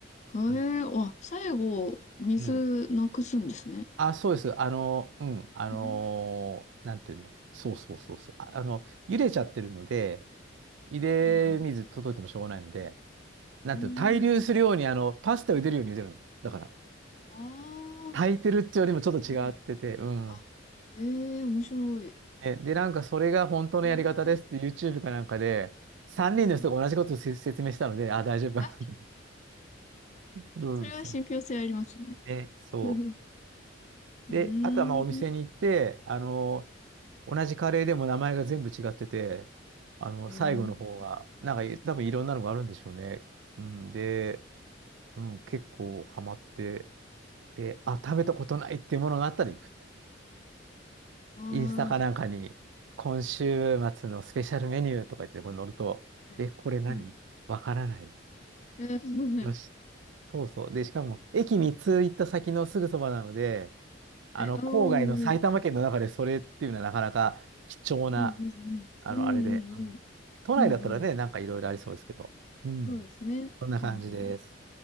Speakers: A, on the left; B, on the right.
A: えー、
B: うん。
A: あ、最後、水なくすんですね。
B: うんあ、そうです。あの、うん。あの、
A: うん、
B: なんていうの。そうそうそうそう。あ、あの、茹でちゃってるので、茹で水届いてもしょうがないので、
A: うん、
B: なんていうの、
A: うん。
B: 対流するように、
A: うーん
B: あの、パスタを茹でるように茹でるの。だから、
A: ああ、
B: 炊いてるっていうよりもちょっと違ってて、
A: なるほど。
B: うん。
A: あ、えー面白い。
B: ね、で、なんかそれが本当のやり方ですって
A: うん、
B: YouTube かなんかで、三人の人が同じことをせ説明したので、
A: はい。
B: あ、大丈夫かなと。
A: あ、
B: うん、
A: それは信憑性ありますね。
B: そう。ね、そ
A: <laughs> うーん。
B: う。で、あとはまあお店に行って、あの、同じカレーでも名前が全部違ってて、あの、
A: うん
B: 最後の方が、なんかい多分いろんなのがあるんでしょうね。うん、で、うん、結構ハマって、で、あ、食べたことないっていうものがあったら行くって。
A: ああ、
B: インスタかなんかに、今週末のスペシャルメニューとか言って、これ載ると、
A: はい。
B: え、これ何わからない。
A: はい。えー、
B: よし、そうそう。で、しかも、駅3つ行った先のすぐそばなので、あの、
A: はい。ああ、
B: 郊外の埼玉県の中でそれっていうのはなかなか貴重な、
A: <laughs> もう、うんうんうん。
B: あの、
A: うんうんうん。
B: あれで。うん都内だったらね、
A: うんうん。
B: なんかいろいろありそうですけど。うん。
A: そうですね。
B: こんな感じです。
A: うん